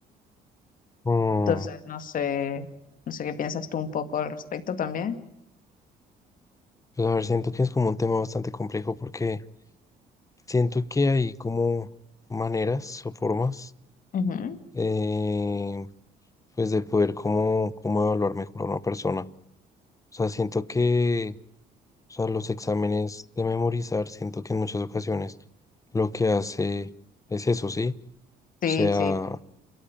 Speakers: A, on the left (about 20°); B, on the left (about 55°).
A: Mm,
B: Entonces, no sé, no sé qué piensas tú un poco al respecto también.
A: Pues a ver, siento que es como un tema bastante complejo porque siento que hay como maneras o formas
B: Ujú.
A: eh, pues de poder como, como evaluar mejor a una persona. O sea, siento que o sea, los exámenes de memorizar, siento que en muchas ocasiones lo que hace es eso, ¿sí?
B: Sí,
A: O sea,
B: sí.